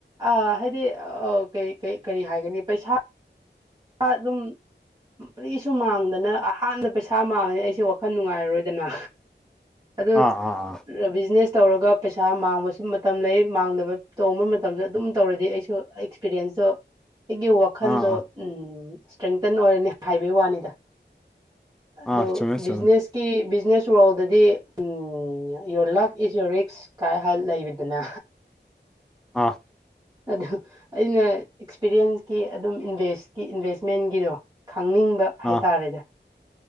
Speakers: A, on the right; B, in the centre.
A: ꯑꯥ ꯍꯥꯏꯗꯤ ꯑꯥ ꯀꯩ ꯀꯩ ꯀꯔꯤ ꯍꯥꯏꯒꯅꯤ ꯄꯩꯁꯥ ꯑꯗꯨꯝ ꯀꯔꯤꯁꯨ ꯃꯥꯡꯗꯅ ꯑꯍꯥꯟꯕ ꯄꯩꯁꯥ ꯃꯥꯡꯉꯦ ꯑꯩꯁꯨ ꯋꯥꯈꯟ ꯅꯨꯡꯉꯥꯏꯔꯣꯏꯗꯅ ꯑꯗꯣ
B: ꯑꯥ ꯑꯥ ꯑꯥ
A: ꯕꯤꯖꯤꯅꯦꯁ ꯇꯧꯔꯒ ꯄꯩꯁꯥ ꯃꯥꯡꯕꯁꯨ ꯃꯇꯝ ꯂꯩ ꯃꯥꯡꯗꯕ ꯇꯣꯡꯕ ꯃꯇꯝꯁꯨ ꯑꯗꯨꯝ ꯇꯧꯔꯗꯤ ꯑꯩꯁꯨ ꯑꯦꯛꯁꯄꯤꯔꯤꯌꯦꯟꯁꯇꯣ ꯑꯩꯒꯤ ꯋꯥꯈꯟꯗꯣ
B: ꯑꯥ ꯑꯥ
A: ꯎꯝ ꯁꯇ꯭ꯔꯦꯡꯇꯟ ꯑꯣꯏꯔꯅꯤ ꯍꯥꯏꯕꯩ ꯋꯥꯅꯤꯗ ꯑꯗꯣ
B: ꯑꯥ ꯆꯨꯝꯃꯦ ꯆꯨꯝꯃꯦ
A: ꯕꯤꯖꯤꯅꯦꯁꯀꯤ ꯕꯤꯖꯤꯅꯦꯁ ꯋꯥꯔꯜꯗꯗꯤ um um your luck is your ꯔꯤꯛꯁ ꯀꯥꯏ ꯍꯥꯏꯕ ꯂꯩꯔꯤꯗꯅ
B: ꯑꯥ
A: ꯑꯗ ꯑꯩꯅ ꯑꯦꯛꯁꯄꯤꯔꯤꯌꯦꯟꯁꯀꯤ ꯑꯗꯨꯝ ꯏꯟꯚꯦꯁꯀꯤ ꯏꯟꯚꯦꯁꯃꯦꯟꯒꯤꯗꯣ ꯈꯪꯅꯤꯡꯕ ꯍꯥꯏꯇꯥꯔꯦꯅꯦ
B: ꯑꯥ